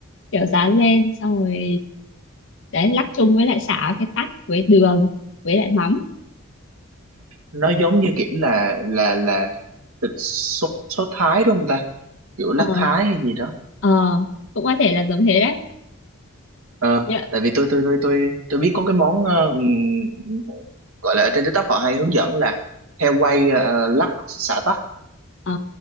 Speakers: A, on the left; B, on the right.
A: kiểu rán lên xong rồi đấy lắc chung với lại xả cái tắc với đường với lại mắm
B: nó giống như kiểu là là là thịt sốt sốt Thái đúng không ta kiểu lát
A: ờ
B: Thái hay gì đó
A: ờ cũng có thể là giống thế đấy
B: ờ
A: nhá
B: tại vì tôi tôi tôi tôi tôi biết có cái món ờ, ừm, gọi là ở trên TikTok họ hay hướng dẫn là heo quay ờ, lắc xả tắc
A: ờ